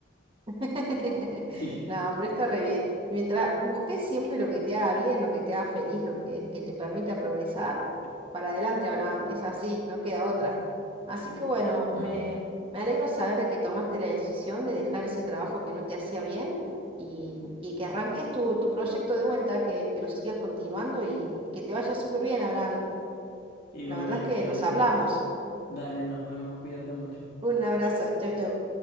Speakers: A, on the right; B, on the left.
A: <laughs>
B: Sí,
A: No, pero está re bien. Mientras busques siempre lo que te haga bien, lo que te haga feliz, lo que, que te permita progresar, para adelante, Abraham, es así, no queda otra. Así
B: sí.
A: que bueno,
B: <clears throat>
A: me, me alegro saber de que tomaste la decisión de dejar ese trabajo que no te hacía bien y, y que arranques tu, tu proyecto de vuelta, que, que lo sigas continuando y, y que te vaya súper bien, Abraham.
B: Igualmente,
A: La verdad es que
B: gracias.
A: nos hablamos.
B: Dale, nos vemos, cuídate mucho.
A: Un abrazo, chau, chau.